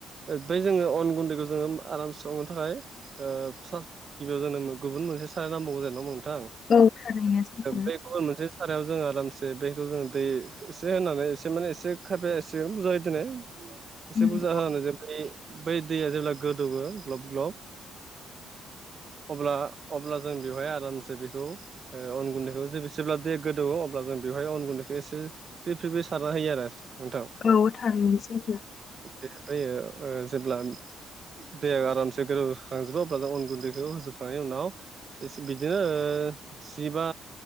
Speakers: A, on the right; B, on the left.
A: बै जोङो अन गुन्दैखौ जोङो आराम संनो थाखाय ओ गिबियाव जेनोम गुबुन मोनसे साराया नांबावौ जेन नामा नोंथां
B: औ थानायनाय जैथ
A: बे गुबुन मोनसे सारायाव जोङो आरामसे बे जोङो दै एसे होनानै एसे माने एसे खायफाया एसेगोन बुरजा होदिनो
B: नंगौ
A: एसे बुरजा होनानो जायो बै दैया जेब्ला गोदौओ ग्लब ग्लब अब्ला अब्ला जों बेवहाय आरामसे बेखौ अन गुन्दैखौ जेसेेब्ला देग गोदौ अब्ला जों बेवहाय अन गुन्दैखौ एसे फ्रि फ्रि बे सारना होयो आरो नोंथां
B: औ थारैनोसै
A: बेफ्रायो जेब्ला दैेहा आरामसे गोरोबखांजोबो अब्ला अन गुन्दैखौ होजोबखांनायनि उनाव एसे बिदिनो ओ जिबा